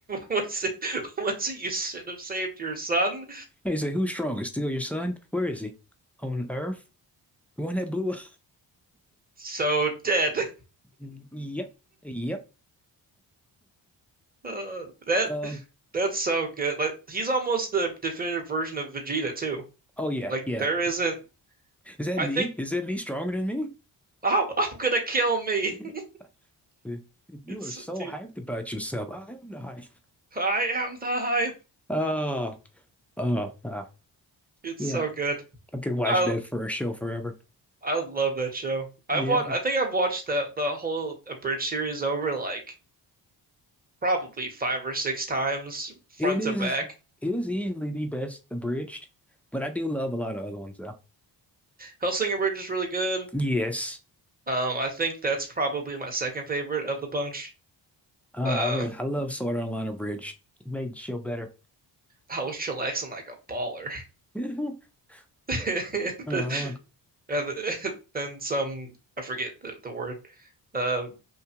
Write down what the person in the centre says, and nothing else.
He said, "Who's strongest? Still your son? Where is he? On Earth? The one that blew up?
Mm, Yep. Yep.
Um.
Oh yeah.
Yeah.
Is that
me?
Is that me stronger than
me?
<laughs> You
are so
hyped about yourself. I am not hyped.
Oh, oh, ah,
yeah.
I could watch
that for a show forever.
Yeah,
it is.
It is easily the best abridged, but I do love a lot of other ones though.
Yes,
uh,
I re I love Sword Art Online abridged. It made the show better.
<laughs>
Uh-huh.